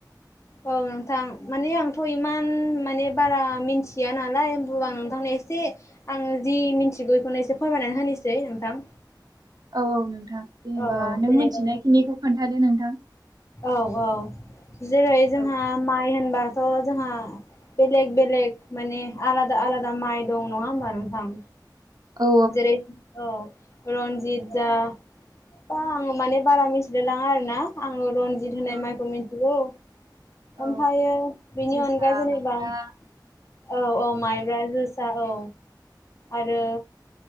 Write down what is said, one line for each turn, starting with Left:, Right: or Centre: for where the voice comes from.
Left: औ नोंथां माने आंथ' इमान माने बारा मिथिया नालाय होन आं नोंथांनो ए एसे आङो जि मिथिगौ बेखौनो एसे फोरमायनानै होनोसै नोंथां।
Right: औ औ नोंथां जेनेबा
Left: औ
Right: नों
Left: जेनेबा
Right: मिथिनायखिनिखौ खोन्थादो नोंथां।
Left: औ औ जेरै जोंहा
Right: औ
Left: माइ होनबाथ' जोंहा बेलेग बेलेग माने आलादा आलादा माइ दं नङा होमबा नोंथां?
Right: औ
Left: जेरै औ रन्जित जा बा आं माने बारा मिथिनो लाङा आरो ना आङो रनजित होनाय
Right: औ
Left: माइखौ मिथिगौ। ओमफ्रायायो
Right: औ
Left: बेनि
Right: जोसा
Left: अनगा जेनेबा।
Right: माइब्रा
Left: औ - औ माइब्रा, जोसा औ। आरो